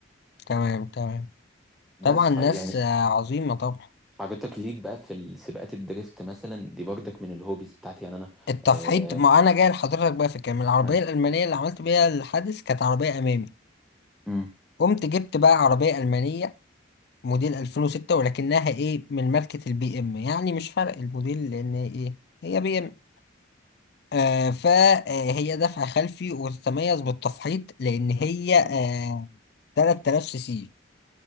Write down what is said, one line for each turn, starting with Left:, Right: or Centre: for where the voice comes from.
Left: تمام تمام
Centre: بس
Left: طبعا ناس
Centre: ف يعني
Left: آه، عظيمة طبعا
Centre: حضرتك ليك بقى في السباقات الدريفت مثلا دي برضك من الهوبيز بتاعتي يعني أنا
Left: التفحيط
Centre: آه
Left: ما انا جاي لحضرتك بقى في الكلام العربيه
Centre: آه،
Left: الالمانيه اللي عملت بيها الحادث كانت عربيه امامي
Centre: مم.
Left: قمت جبت بقى عربيه المانيه موديل 2006 ولكنها ايه من ماركه البي ام يعني مش فارق الموديل لان ايه هي بي ام آه فهي دفع خلفي وتتميز بالتفحيط لان هي آه 3000 سي سي